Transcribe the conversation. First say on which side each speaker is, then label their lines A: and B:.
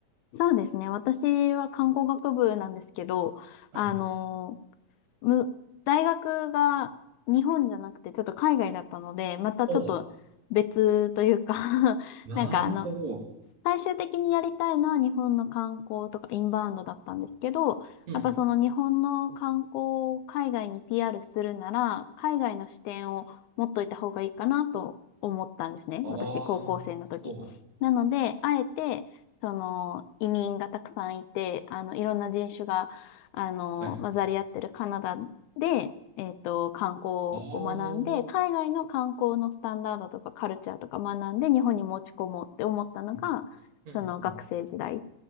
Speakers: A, on the left; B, on the right.
A: そうですね。私は看護学部なんですけど、
B: はい。
A: あのむ、大学が日本じゃなくてちょっと海外だったので、またちょっと別というか
B: おう、
A: <laughs>
B: なるほど。
A: なんかあの、最終的にやりたいのは日本の観光とかインバウンドだったんですけど、
B: うん。
A: やっぱその日本の観光を海外に PR するなら、海外の視点を持っといた方がいいかなと思ったんですね。
B: ああ、
A: 私、高校生の時。
B: なるほど。
A: なので、あえて、その移民がたくさんいて、あの、いろんな人種が、あの、
B: はい。
A: 混ざり合ってるカナダで、えっと、観光を学んで、
B: ああ、
A: 海外の観光のスタンダードとかカルチャーとか学んで、日本に持ち込もうって思ったのが、
B: うん、うん、うん。
A: その学生時代
B: うんうん